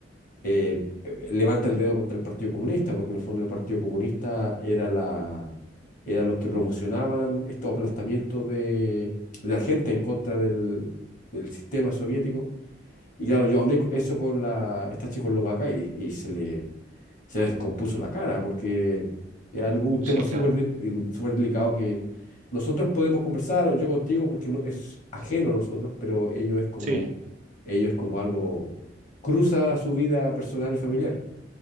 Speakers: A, on the left; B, on the right.
A: eh, eh, levanta el dedo contra el Partido Comunista, porque en el fondo el Partido Comunista era la, era los que promocionaban estos aplastamientos de, de la gente en contra del del sistema soviético. Y claro, yo hablé co- eso con la, esta checoslovaca y, y se le, se le descompuso la cara porque es algo, un tema
B: Sí, claro.
A: súper del- in- súper delicado que nosotros podemos conversar, o yo contigo, porque no, es ajeno a nosotros, pero ello es como,
B: Sí.
A: ello es como algo, cruza su vida personal y familiar.